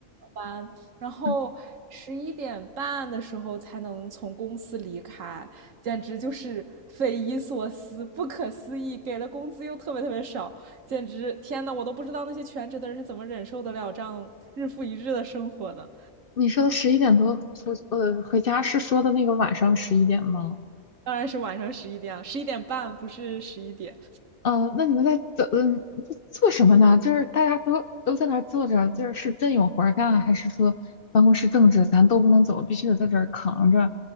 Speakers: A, on the right; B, on the left.
A: 班，然后十一点半的时候才能从公司离开，
B: 嗯
A: 简直就是匪夷所思、不可思议。给的工资又特别特别少，简直天呐，我都不知道那些全职的人是怎么忍受得了这样日复一日的生活的。
B: 你说的十一点多出呃回家是说的那个晚上十一点吗？
A: 当然是晚上十一点啊，十一点半不是十一点，
B: 嗯，那你们在怎嗯在做什么呢？就是大家都都在那儿坐着，就是是真有活儿干，还是说办公室政治咱都不能走，必须得在这儿扛着？